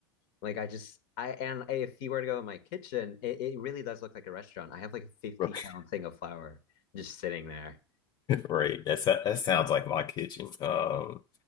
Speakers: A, on the left; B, on the left.
A: Like I just I and if you were to go in my kitchen, it, it really does look like a restaurant. I have like a fifty
B: <laughs>
A: pound thing of flour just sitting there.
B: Right. That, so, that sounds like my kitchen. Um